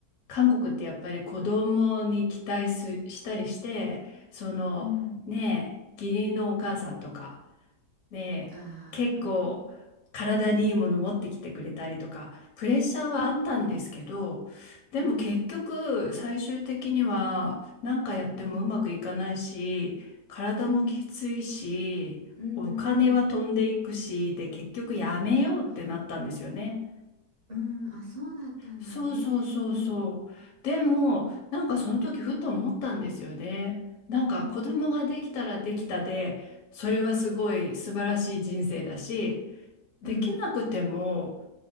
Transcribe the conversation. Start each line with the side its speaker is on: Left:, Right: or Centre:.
Left: 韓国ってやっぱり子供に期待すしたりして、そのねえ、
Right: うん。
Left: 義理のお母さんとか、ねえ、
Right: ああ、
Left: 結構体にいいもの持ってきてくれたりとか、
Right: うんうん。
Left: プレッシャーはあったんですけど、
Right: うん。
Left: でも結局最終的には何かやってもうまくいかないし、
Right: うんうんうん。
Left: 体もきついし、
Right: うん。うんうんう
Left: お金は飛んでいくし、
Right: ん。
Left: で結局やめようってなったんですよね。
Right: ああ、うん。あ、そうだったんだね。
Left: そうそうそうそう。
Right: うんう
Left: でも、なんかその時ふと思ったんですよね。
Right: ん
Left: なんか子供ができたらできたで、
Right: うん
Left: それはすごい素晴らしい人生だし、
Right: うん
Left: できなくても、
Right: うん